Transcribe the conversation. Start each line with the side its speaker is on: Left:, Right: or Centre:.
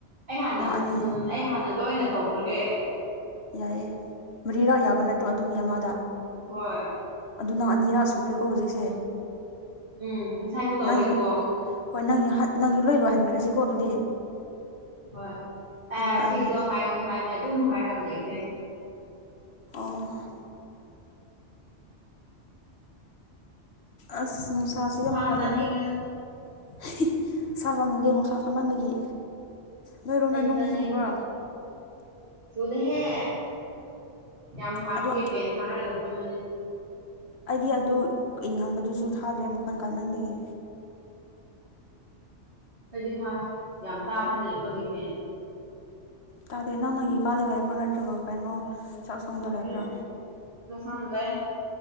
Right: ꯑꯩ ꯍꯥꯟꯅ
Left: ꯅꯪ ꯑꯅꯤ
Right: ꯎꯝ ꯑꯩ ꯍꯥꯟꯅ ꯂꯣꯏꯅ ꯇꯧꯈ꯭ꯔꯒꯦ
Left: ꯌꯥꯏꯌꯦ ꯃꯔꯤꯔꯛ ꯌꯥꯕ ꯅꯠꯇ꯭ꯔꯣ ꯑꯗꯨꯝ ꯃꯤ ꯑꯃꯗ
Right: ꯍꯣꯏ
Left: ꯑꯗꯨ ꯅꯪ ꯑꯅꯤꯔꯛ ꯁꯨꯈ꯭ꯔꯦꯀꯣ ꯍꯧꯖꯤꯛꯁꯦ
Right: ꯎꯝ ꯉꯁꯥꯏꯁꯨ ꯇꯧꯋꯦꯗꯀꯣ
Left: ꯅꯪꯒꯤ ꯍꯣꯏ ꯅꯪꯒꯤ ꯍꯠ ꯅꯪꯒꯤ ꯂꯣꯏ ꯂꯣꯏꯍꯟꯈ꯭ꯔꯁꯤꯀꯣ ꯑꯗꯨꯗꯤ
Right: ꯍꯣꯏ ꯑꯦ
Left: ꯑꯗꯨꯒ ꯑꯩꯒꯤ
Right: ꯁꯤꯗꯣ ꯍꯥꯏꯒꯅꯨ ꯍꯥꯏꯞꯅꯦ ꯑꯗꯨꯝ ꯍꯥꯏꯔꯒ ꯂꯩꯈ꯭ꯔꯦ
Left: ꯑꯣ ꯑꯁ ꯅꯨꯡꯁꯥꯁꯦ
Right: ꯁꯥ
Left: ꯌꯥꯝ ꯀꯜꯂꯤ
Right: ꯆꯥꯅꯤꯡꯉꯤꯗ
Left: <unintelligible> <unintelligible> ꯅꯨꯡꯁꯥ ꯁꯥꯃꯟꯕꯒꯤ ꯅꯣꯏꯔꯣꯝꯗ
Right: ꯑꯩꯗꯤ
Left: ꯅꯣꯡ
Right: ꯇꯜꯂꯦ
Left: ꯆꯨꯕ꯭ꯔꯥ
Right: ꯊꯨꯗꯦꯍꯦ ꯌꯥꯝ ꯁꯥꯕꯒꯤ
Left: ꯑꯗꯨ
Right: ꯐꯦꯟ ꯊꯥꯔꯒ ꯐꯝꯕꯅꯦ
Left: ꯑꯩꯗꯤ ꯑꯗꯨ ꯏꯪꯍꯟꯕꯗꯨꯁꯨ ꯊꯥꯗ꯭ꯔꯦ ꯃꯈꯣꯟ ꯀꯟꯃꯟꯕꯒꯤ
Right: ꯑꯩꯗꯤ ꯊꯥꯏ ꯌꯥꯝ ꯇꯥꯕ꯭ꯔꯅꯦ ꯑꯩꯈꯣꯏꯒꯤ ꯐꯦꯟ
Left: ꯇꯥꯗꯦ ꯅꯪ ꯅꯪꯒꯤ ꯀꯥꯗ ꯂꯩꯕ꯭ꯔꯣ ꯅꯠꯇ꯭ꯔꯒ ꯀꯩꯅꯣ ꯆꯥꯛꯁꯪꯗ ꯂꯩꯕ꯭ꯔꯣ
Right: ꯎꯝ ꯆꯥꯛꯁꯪꯗ ꯂꯩꯌꯦ